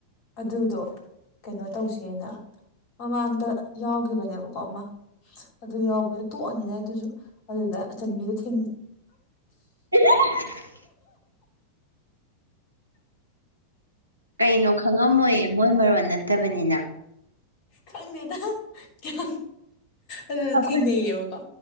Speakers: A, on the left (about 45°); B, on the right (about 85°).
A: ꯑꯗꯨꯗꯣ ꯀꯩꯅꯣ ꯇꯧꯁꯦꯅ ꯃꯃꯥꯡꯗ ꯌꯥꯎꯈꯤꯕꯅꯦꯕꯀꯣ ꯑꯃ ꯑꯗꯨ ꯌꯥꯎꯕꯗꯣ ꯇꯣꯛꯑꯅꯤꯅ ꯑꯗꯨꯁꯨ ꯑꯗꯨꯗ ꯆꯟꯕꯤꯗꯣ ꯊꯦꯡ
B: <unintelligible> ꯀꯩꯅꯣ ꯈꯪꯉꯝꯃꯣꯏꯌꯦ ꯃꯣꯏ ꯃꯔꯣꯟ ꯅꯠꯇꯕꯅꯤꯅ
A: ꯈꯪꯗꯦꯗ ꯌꯥꯝ ꯑꯗꯨ
B: ꯑꯩꯈꯣꯏ
A: ꯊꯦꯡꯅꯩꯌꯦꯕꯀꯣ